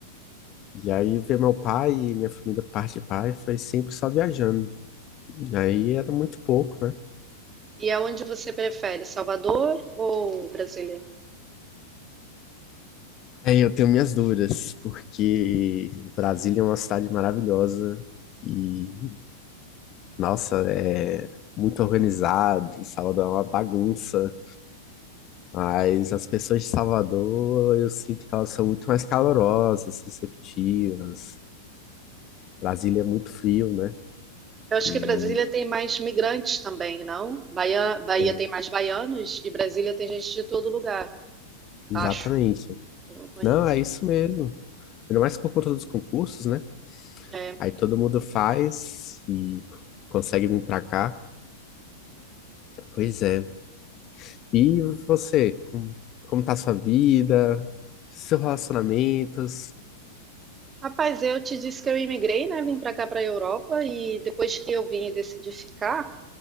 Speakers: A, on the left; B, on the right.
A: E aí ver meu pai e minha família parte de pai foi sempre só viajando. E aí era muito pouco, né?
B: E aonde você prefere, Salvador ou Brasília?
A: Aí eu tenho minhas dúvidas, porque Brasília é uma cidade maravilhosa e, nossa, é muito organizado. Salvador é uma bagunça. Mas as pessoas de Salvador, eu sinto que elas são muito mais calorosas, receptivas. Brasília é muito frio, né?
B: Eu acho
A: E
B: que Brasília tem mais migrantes também, não? Bahia, Bahia
A: é,
B: tem mais baianos e Brasília tem gente de todo lugar,
A: exatamente.
B: acho. Eu não conheço.
A: Não, é isso mesmo. Ainda mais por conta dos concursos, né?
B: É.
A: Aí todo mundo faz e consegue vir pra cá. Pois é. E você, como, como tá a sua vida? Seus relacionamentos?
B: Rapaz, eu te disse que eu imigrei, né? Vim pra cá, pra Europa, e depois que eu vim e decidi ficar,